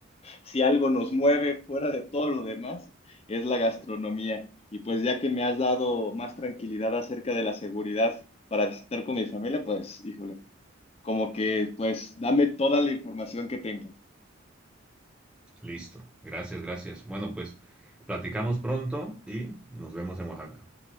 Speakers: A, on the left; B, in the centre.
A: si algo nos mueve fuera de todo lo demás, es la gastronomía. Y pues ya que me has dado más tranquilidad acerca de la seguridad para visitar con mi familia, pues híjole, como que pues dame toda la información que tengas.
B: Listo. Gracias, gracias. Bueno, pues platicamos pronto y nos vemos en Oaxaca.